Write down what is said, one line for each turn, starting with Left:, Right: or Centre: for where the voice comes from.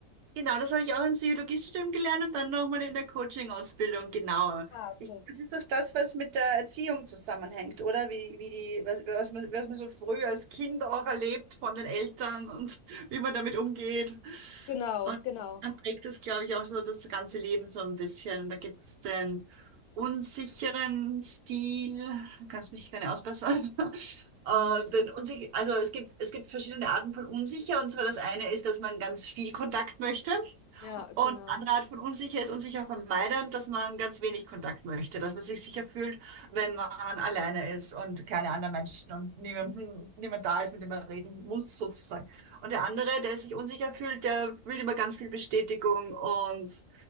Right: Genau, das habe ich auch im Psychologiestudium gelernt und dann nochmal in der Coaching-Ausbildung genauer.
Left: Ah, okay.
Right: Ich, das ist doch das, was mit der Erziehung zusammenhängt, oder? Wie, wie die, was, was man, was man so früh als Kind auch erlebt von den Eltern und <laughs> wie man damit umgeht.
Left: Genau,
Right: Und
Left: genau.
Right: dann prägt es, glaube ich, auch so das ganze Leben so ein bisschen. Und da gibt es den unsicheren Stil, kannst mich gerne ausbessern. <laughs> Äh,
Left: Mhm.
Right: den unsich also es gibt, es gibt verschiedene Arten von unsicher. Und zwar das eine ist, dass man ganz viel Kontakt möchte.
Left: Ja,
Right: Und
Left: genau.
Right: andere Art von unsicher ist unsicher vermeiden, dass man ganz wenig Kontakt möchte, dass man sich sicher fühlt, wenn man alleine ist und keine anderen Menschen und niemand, niemand da ist, mit dem man reden muss, sozusagen. Und der andere, der sich unsicher fühlt, der will immer ganz viel Bestätigung und